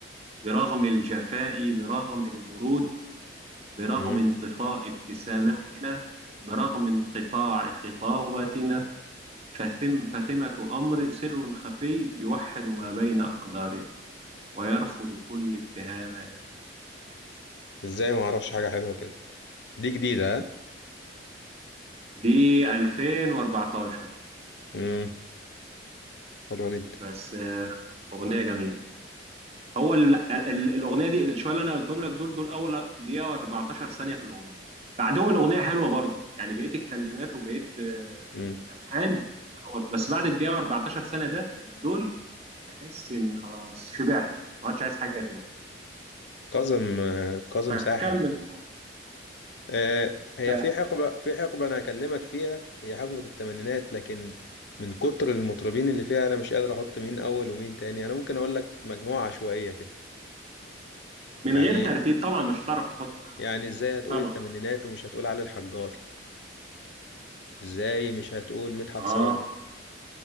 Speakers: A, on the right; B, on the left.
A: برغم الجفاء برغم البرود برغم
B: مم.
A: انطفاء ابتساماتنا برغم انقطاع خطاباتنا فثم فثمة أمر سر خفي يوحد ما بين أقدارنا ويرفض كل اتهاماتنا
B: إزاي ما أعرفش حاجة حلوة كده دي جديدة ها
A: دي 2014
B: امم حلوة جدا
A: بس آه، أغنية جميلة هو ال... ال... الاغنيه دي الشويه اللي انا قلتهم لك دول دول اول دقيقه و14 ثانيه في الاغنيه بعدهم الاغنيه حلوه برضو يعني بقيه الكلمات وبقيه آه،
B: امم
A: الالحان حلوة برضو. بس بعد الدقيقه و14 ثانيه ده دول بحس اني خلاص شبعت ما عادش عايز حاجه تاني
B: كاظم آه، كاظم
A: فكمل
B: ساحر آه، هي
A: ساحر
B: في حقبة
A: فعلا
B: في حقبة أنا هكلمك فيها هي حقبة الثمانينات لكن من كتر المطربين اللي فيها أنا مش قادر أحط مين أول ومين تاني أنا ممكن أقول لك مجموعة عشوائية كده
A: من
B: يعني
A: غير ترتيب طبعا مش هتعرف تحط
B: يعني إزاي هتقول
A: طبعا
B: الثمانينات ومش هتقول علي الحجار إزاي مش هتقول مدحت
A: اه
B: صالح